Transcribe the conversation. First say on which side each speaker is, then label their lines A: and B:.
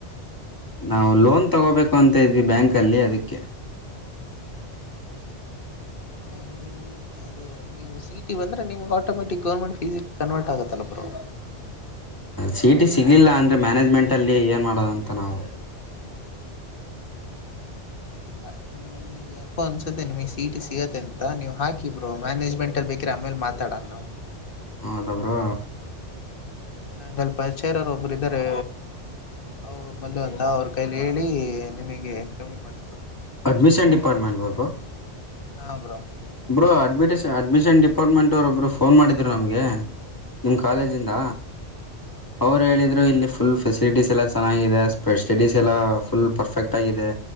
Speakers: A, on the left; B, on the left.
A: ನಾವು ಲೋನ್ ತಗೋಬೇಕು ಅಂತ ಇದ್ವಿ ಬ್ಯಾಂಕ್ ಅಲ್ಲಿ ಅದಕ್ಕೆ
B: ಕಮ್ಮಿ ಅದು ನೀವು ಸಿಇಟಿ ಬಂದ್ರ ನಿಮ್ಗ ಆಟೋಮೆಟಿಕ್ ಗೌರ್ಮೆಂಟ್ ಫೀಸಿಗ ಕನ್ವರ್ಟ್ ಆಗತ್ತಲ್ಲ ಬ್ರೋ
A: ಸಿಇಟಿ ಸಿ ಸಿಗ್ಲಿಲ್ಲ ಅಂದ್ರೆ ಮ್ಯಾನೇಜ್ಮೆಂಟ್ ಅಲ್ಲಿ ಏನ್ ಮಾಡೋದ ತನವು
B: ಇಲ್ಲ ನಮ್ಗೆ ಯಾಕೋ ಅನ್ಸುತ್ತೆ <inaudible> ಚೀಟಿ ಸಿಗುತ್ತ ಅಂತ ನೀವು ಹಾಕಿಬಟ್ಟ. ಮ್ಯಾನೇಜ್ಮೆಂಟ್ ಅಲ್ಲಿ ಬೇಕ್ರೆ ಆಮೇಲೆ ಮಾತಾಡಣ ನಾವು.
A: ಹೌದ. ಹಾ ಬ್ರೋ
B: ಮಂಗಲ್ <unintelligible> ಪರಿಚಯ ಇರಾವರ ಒಬ್ರು ಇದ್ದಾರೆ. ಹೌ. ಮಲ್ಲು ಅಂತ ಅವ್ರ ಕೈಲಿ ಹೇಳಿ. ನಿಮಗೆ ಕಮ್ಮಿ ಮಾಡಸ್ತೇನ್.
A: ಅಡ್ಮಿಷನ್ ಡಿಪಾರ್ಟ್ಮೆಂಟ್ <inaudible>
B: ಹ ಬ್ರೋ <unintelligible>
A: ಬ್ರೋ ಅಡ್ಮಿಟೆಸಷ ಅಡ್ಮಿಷನ್ ಡಿಪಾರ್ಟ್ಮೆಂಟ್ವಯಬ್ರು ಫೋನ್ ಮಾಡಿದ್ರು ನಮಗೆ ನಿಮ್ಮ ಕಾಲೇಜಿಂದ.
B: ಹಾ
A: ಅವ್ರು
B: ಹಾ
A: ಹೇಳಿದ್ರು
B: ಬ್ರೋ
A: ಇಲ್ಲಿ ಫುಲ್ ಫೆಸಿಲಿಟೀಸ್ ಎಲ್ಲ ಚೆನ್ನಾಗಿದೆ ಸ್ಟಡೀಸ್ ಎಲ್ಲ. ಫುಲ್ ಪರ್ಫೆಕ್ಟ್ ಆಗಿದೆ